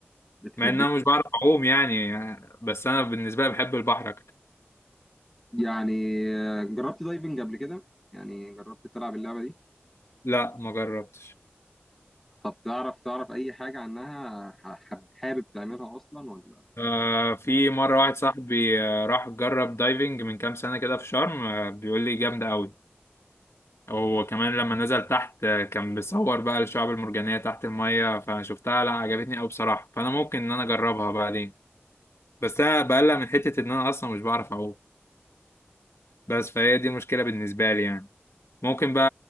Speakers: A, in the centre; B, on the left.
A: بتحب
B: مع ان انا مش بعرف اعوم يعني آه، بس انا بالنسبه لي بحب البحر اكتر
A: يعني آه، جربت دايفنج قبل كده يعني جربت تلعب اللعبة دي
B: لا ما جربتش
A: طب تعرف تعرف أي حاجة عنها ح- حب- حابب تعملها أصلا ولا؟
B: آه في مره واحد صاحبي آه، راح جرب دايفنج من كام سنه كده في شرم آه، بيقول لي جامده قوي وكمان لما نزل تحت كان بيصور بقى الشعب المرجانية تحت المية فشفتها لا عجبتني أوي بصراحة فأنا ممكن إن أنا أجربها بعدين بس أنا بقلق من حتة إن أنا أصلا مش بعرف أعوم بس فهي دي المشكلة بالنسبة لي يعني ممكن بقى